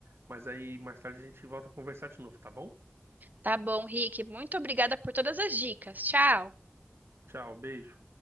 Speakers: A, on the right (about 80°); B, on the right (about 45°).
A: Mas aí mais tarde a gente volta a conversar de novo, tá bom?
B: Tá bom, Rick. Muito obrigada por todas as dicas. Tchau.
A: Tchau, beijo.